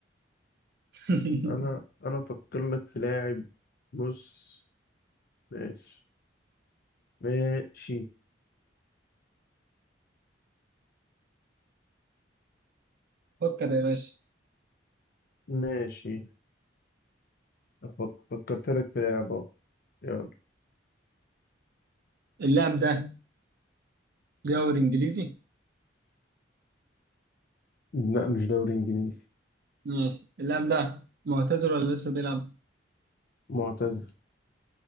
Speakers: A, on the right (about 55°); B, on the left (about 55°).
A: <laughs>
B: انا انا افكر لك في لاعب بص ماشي ماشي
A: فكر يا باشا
B: ماشي أفك- فكرت لك في لاعب اهو يلا
A: اللاعب ده دوري انجليزي
B: لا مش دوري انجليزي
A: ماشي اللاعب ده معتزل ولا لسه بيلعب
B: معتزل